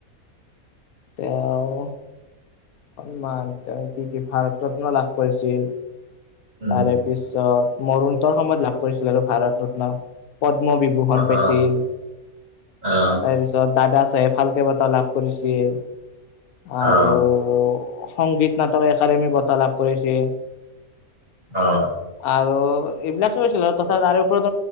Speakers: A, on the left; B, on the right.
A: তেওঁ সন্মান তেওঁ কি কি ভাৰত ৰত্ন লাভ কৰিছিল
B: উম,
A: তাৰে পিছত মৰুণোত্তৰ সময়ত লাভ কৰিছিল আৰু ভাৰত ৰত্ন পদ্ম বিভূষণ
B: অ',
A: পাইছিল।
B: অ', অ',
A: তাৰপিছত দাদা ফালকে বঁটা লাভ কৰিছিল আৰু
B: অ',
A: সংগীত নাটক একাডেমি বঁটা লাভ কৰিছে
B: অ'।
A: আৰু এইবিলাকে কৰিছিল আৰু তথা তাৰে ওপৰত